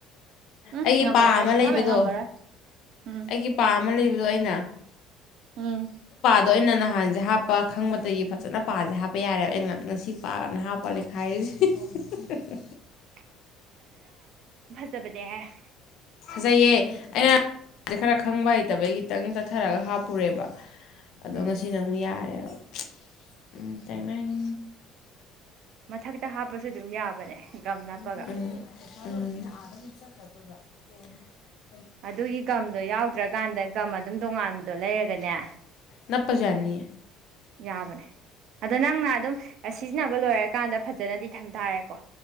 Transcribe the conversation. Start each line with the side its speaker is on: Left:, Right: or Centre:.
Right: ꯎꯝ
Left: ꯑꯩꯒꯤ
Right: ꯉꯝꯃꯔꯣꯏ
Left: ꯄꯥ
Right: ꯑꯩ
Left: ꯑꯃ
Right: ꯁꯨꯨꯉꯝꯍꯦꯛ
Left: ꯂꯩꯕꯗꯣ
Right: ꯉꯝꯃꯔꯣꯏ ꯎꯝ
Left: ꯑꯩꯒꯤ ꯄꯥ ꯑꯃ ꯂꯩꯕꯗꯣ ꯑꯩꯅ
Right: ꯎꯝ
Left: ꯑꯗꯣ ꯑꯩꯅ ꯅꯍꯥꯟꯖꯦ ꯍꯥꯞꯄ ꯈꯪꯕꯗꯒꯤ ꯐꯖꯅ ꯄꯥꯁꯦ ꯍꯥꯞꯄ ꯌꯥꯔꯦꯕ ꯑꯩ ꯉꯁꯤ ꯄꯥꯅ ꯍꯥꯞꯄ ꯂꯩꯈꯥꯏꯔꯤꯁꯦ <unintelligible>
Right: <inaudible> ꯕꯅꯦꯍꯦ
Left: ꯐꯥꯖꯩꯌꯦ ꯑꯩꯅ ꯈꯔ ꯈꯪꯕ ꯍꯩꯇꯕꯩ ꯈꯤꯇꯪ ꯆꯠꯊꯔꯒ ꯍꯥꯞꯄꯨꯔꯦꯕ ꯑꯗꯣ
Right: ꯎꯝ
Left: ꯉꯁꯤꯅ ꯑꯃꯨꯛ ꯌꯥꯏꯔꯦꯕ ꯎꯝ ꯇꯦꯡꯅꯦꯡ
Right: ꯃꯊꯛꯈꯤꯇ ꯍꯥꯞꯄꯁꯨ ꯑꯗꯨꯝ ꯌꯥꯕꯅꯦ ꯒꯝ
Left: ꯎꯝ
Right: ꯅꯞꯄꯒ
Left: ꯎꯝ
Right: ꯑꯗꯨꯒꯤ ꯒꯝꯗꯣ ꯌꯥꯎꯗ꯭ꯔꯀꯥꯟꯗ ꯒꯝ ꯑꯗꯨꯝ ꯇꯣꯉꯥꯟꯕꯗꯣ ꯂꯩꯔꯒꯅꯦ
Left: ꯅꯅꯥꯄꯖꯨ ꯌꯅꯤꯌꯦ
Right: ꯌꯥꯕꯅꯦ ꯑꯗꯣ ꯅꯪꯅ ꯑꯗꯨꯝ ꯁꯤꯖꯤꯟꯅꯕ ꯂꯣꯏꯔꯀꯥꯟꯗ ꯐꯖꯅꯗꯤ ꯊꯝ ꯇꯥꯔꯦꯀꯣ